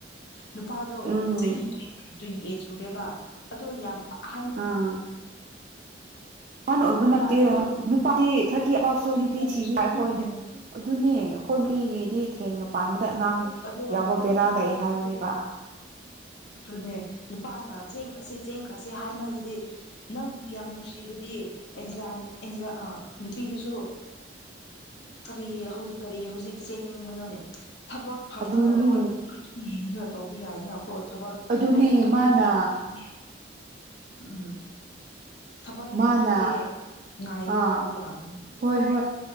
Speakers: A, on the left (about 65°); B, on the right (about 45°).
A: ꯅꯨꯄꯥꯗꯣ
B: ꯎꯝ
A: ꯆꯍꯤ ꯇ꯭ꯋꯦꯟꯇꯤ ꯑꯩꯠ ꯁꯨꯔꯦꯕ ꯑꯗꯣ ꯌꯥꯝ ꯍꯟꯅ
B: ꯑꯥ ꯑꯣꯏꯕ
A: ꯅꯨꯄꯥꯗꯤ
B: ꯅꯠꯇꯦ
A: ꯑꯗꯨꯝ
B: ꯅꯨꯄꯥꯗꯤ ꯊꯥꯔꯇꯤ ꯑꯕꯞꯁꯨ
A: ꯐꯣꯔꯇꯤ
B: ꯅꯨꯄꯤ
A: ꯄ꯭ꯂꯁꯇꯁꯨ
B: ꯊꯤꯕ ꯌꯥꯏꯣꯏ
A: ꯑꯗꯨꯝ ꯌꯥꯝ
B: ꯑꯗꯨꯅꯤ ꯑꯩꯈꯣꯏ ꯅꯨꯄꯤꯒꯤꯗꯤ ꯊꯦꯡꯅ ꯄꯥꯝꯃꯦ ꯑꯉꯥꯡ
A: ꯑꯗꯣ
B: ꯌꯥꯎꯕ ꯕꯦꯔꯥ ꯂꯩ ꯍꯥꯏꯕꯅꯦꯕ
A: ꯑꯗꯨꯅꯦ ꯅꯨꯄꯥꯅ ꯆꯦꯡꯈ꯭ꯔꯁꯦ ꯆꯦꯡꯈ꯭ꯔꯁꯦ ꯍꯥꯏ ꯃꯜꯂꯗꯤ ꯅꯪꯕꯨ ꯌꯥꯝ ꯅꯨꯡꯁꯤꯔꯗꯤ ꯑꯦꯟꯖ ꯏꯟꯖꯥ ꯑ ꯅꯨꯄꯤꯗꯨꯁꯨ ꯀꯔꯤ ꯍꯧꯖꯤꯛ ꯀꯔꯤ ꯍꯧꯖꯤꯛ ꯆꯦꯟꯅꯤꯡꯕꯅꯣꯅꯦ ꯊꯕꯛ ꯐꯪꯉꯒꯀꯣ
B: ꯑꯗꯨꯅꯦ
A: ꯊꯕꯛ ꯑꯗꯨꯝ ꯌꯦꯡꯉꯒ ꯇꯧꯕ ꯌꯥꯏꯅ ꯀꯣ ꯊꯕꯛ
B: ꯑꯗꯨꯅꯦ
A: ꯑꯩꯒꯤ ꯊꯕꯛ
B: ꯃꯥꯅ
A: ꯌꯦꯡꯈꯤꯅꯦ ꯎꯝ ꯊꯕꯛ
B: ꯃꯥꯅ
A: ꯌꯦꯡꯈꯤꯒꯦ ꯉꯥꯏꯌꯣ
B: ꯑꯥ
A: ꯍꯥꯏꯕ ꯌꯥꯕꯅꯤ
B: ꯍꯣꯏ ꯍꯣꯏ